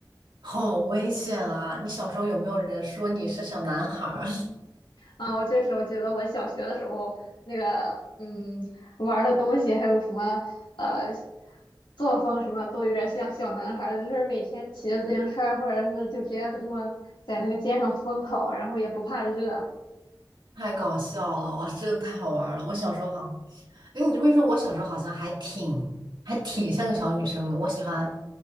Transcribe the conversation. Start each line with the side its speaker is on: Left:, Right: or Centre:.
Right: 好危险啊！你小时候有没有人说你是小男孩儿？
Left: 啊，我确实，我觉得我小学的时候那个，嗯，玩儿的东西还有什么，呃，作风什么都有点像小男孩儿，就是每天骑着自行车儿或者是就直接那么在那个街上疯跑，然后也不怕热
Right: <laughs> 太搞笑了，哇，真的太好玩儿了。我小时候好，哎，你这么一说，我小时候好像还挺还挺像个小女生的。我喜欢，